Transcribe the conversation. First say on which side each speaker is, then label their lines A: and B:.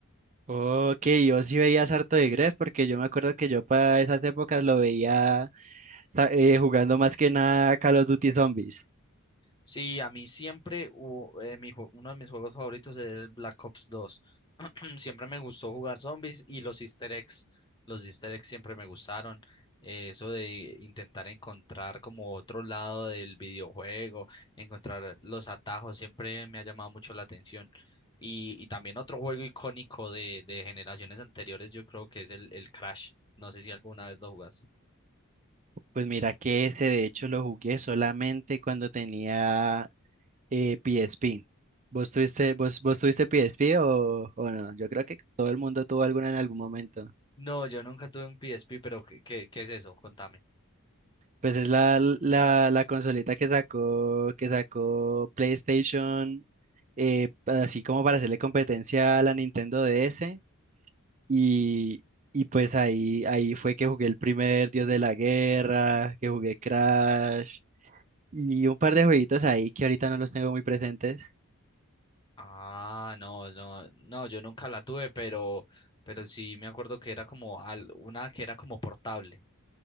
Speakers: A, on the right; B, on the left.
A: Ok, yo sí veía harto de Gref porque yo me acuerdo que yo para esas épocas lo veía sa- eh, jugando más que nada Call of Duty Zombies.
B: Sí, a mí siempre hubo- eh, mi jue- uno de mis juegos favoritos es el Black Ops 2. <clears throat> Siempre me gustó jugar zombies y los easter eggs. Los easter eggs siempre me gustaron. Eh, eso de intentar encontrar como otro lado del videojuego, encontrar los atajos, siempre me ha llamado mucho la atención. Y, y también otro juego icónico de, de generaciones anteriores, yo creo que es el, el Crash. No sé si alguna vez lo jugaste.
A: Pues mira que ese de hecho lo jugué solamente cuando tenía Eh, PSP. ¿Vos tuviste, vos, vos tuviste PSP o, o no? Yo creo que todo el mundo tuvo alguna en algún momento.
B: No, yo nunca tuve un PSP, pero ¿qué, qué, qué es eso? Contame.
A: Pues es la, la, la consolita que sacó, que sacó PlayStation, eh, así como para hacerle competencia a la Nintendo DS. Y, y pues ahí, ahí fue que jugué el primer Dios de la Guerra, que jugué Crash y un par de jueguitos ahí que ahorita no los tengo muy presentes.
B: Ah, no, no, no, yo nunca la tuve, pero, pero sí me acuerdo que era como al- una que era como portable,